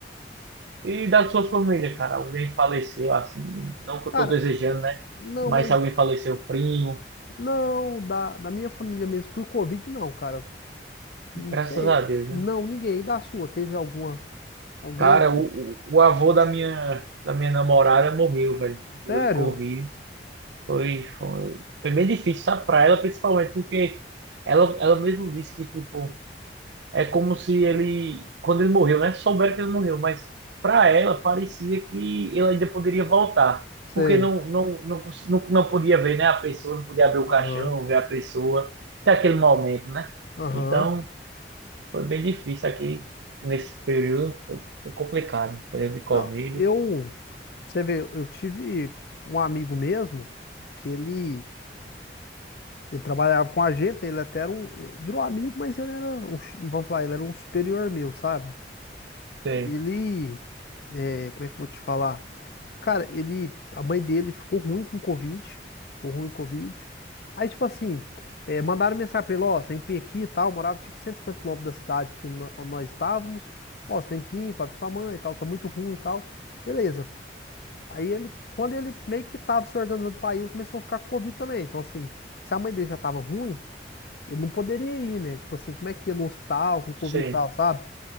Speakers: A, on the right; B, on the left.
A: E da sua família, cara, alguém faleceu, assim, não que
B: Cara,
A: eu tô desejando, né?
B: não,
A: Mas
B: mas
A: se alguém faleceu, primo,
B: não da da minha família mesmo por Covid não, cara. Não
A: graças
B: sei.
A: a Deus,
B: Não,
A: né?
B: ninguém. E da sua, teve alguma alguém
A: Cara,
B: que
A: o, o o avô da minha, da minha namorada morreu, velho, de
B: Sério?
A: Covid. Foi, foi, foi bem difícil, sabe, pra ela, principalmente porque ela, ela mesmo disse que, tipo, É como se ele, quando ele morreu, né? Souberam que ele morreu, mas para ela parecia que ele ainda poderia voltar,
B: Sei.
A: porque não, não, não, cons- não, não podia ver, né? A pessoa, não podia abrir o
B: Aham.
A: caixão, ver a pessoa, até aquele momento, né?
B: Aham.
A: Então, foi bem difícil aqui nesse período, foi, foi complicado, período de Covid.
B: Não, eu, você vê, eu tive um amigo mesmo que ele, ele trabalhava com a gente, ele até era um, ele virou amigo, mas ele era um, ch- vamos falar, ele era um superior meu, sabe?
A: Sei,
B: Ele, é, como é que eu vou te falar? Cara, ele, a mãe dele ficou ruim com Covid, ficou ruim com Covid. Aí, tipo assim, é, mandaram mensagem pra ele, ó, você tem que vir aqui e tal, eu morava tipo 150 quilômetros da cidade que nó- nós estávamos, ó, você tem que vir pra ver sua mãe e tal, tá muito ruim e tal. Beleza. Aí ele, quando ele meio que tava se organizando pra ir, ele começou a ficar com Covid também. Então, assim, se a mãe dele já tava ruim, ele não poderia ir, né? Tipo assim, como é que ia no hospital com Covid
A: sei,
B: e tal, sabe?